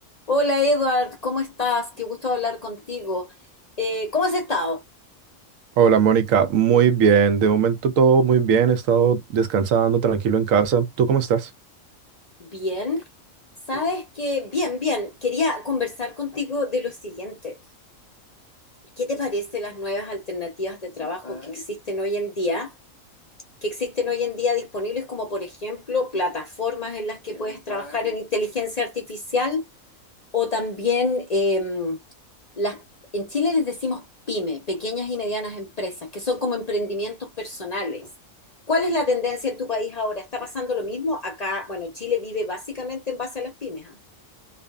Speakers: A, on the left; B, on the right.
A: Hola Edward, ¿cómo estás? Qué gusto hablar contigo. Eh, ¿cómo has estado?
B: Hola Mónica, muy bien. De momento todo muy bien. He estado descansando tranquilo en casa. ¿Tú cómo estás?
A: Bien. Sabes que, bien, bien, quería conversar contigo de lo siguiente. ¿Qué te parece las nuevas alternativas de trabajo que existen hoy en día? Que existen hoy en día disponibles como, por ejemplo, plataformas en las que puedes trabajar en inteligencia artificial o también... em, las, en Chile les decimos pyme, pequeñas y medianas empresas, que son como emprendimientos personales. ¿Cuál es la tendencia en tu país ahora? ¿Está pasando lo mismo? Acá, bueno, Chile vive básicamente en base a las pymes, ¿ah?